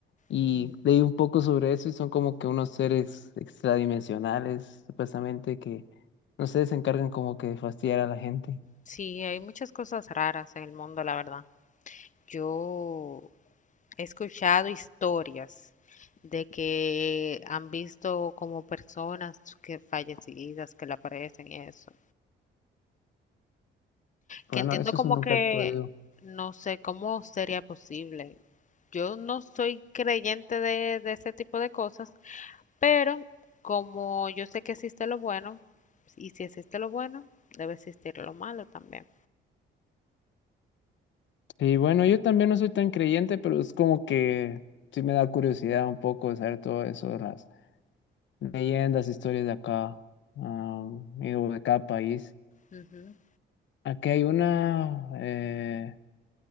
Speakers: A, on the left; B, on the left.
A: Y
B: mm,
A: leí un poco sobre eso y son como que unos seres extradimensionales, supuestamente, que no sé, se encargan como que de fastidiar a la gente.
B: Sí, hay muchas cosas raras en el mundo, la verdad. Yo He escuchado historias de que han visto como personas que fallecidas que le aparecen y eso.
A: Bueno,
B: Que entiendo
A: eso
B: como
A: sí nunca
B: que
A: he podido.
B: no sé cómo sería posible. Yo no soy creyente de, de ese tipo de cosas, pero como yo sé que existe lo bueno, y si existe lo bueno, debe existir lo malo también.
A: Y bueno, yo también no soy tan creyente, pero es como que sí me da curiosidad un poco de saber todo eso de las Leyendas, historias de acá, am, y de cada país.
B: Ujú.
A: Aquí hay una, eh,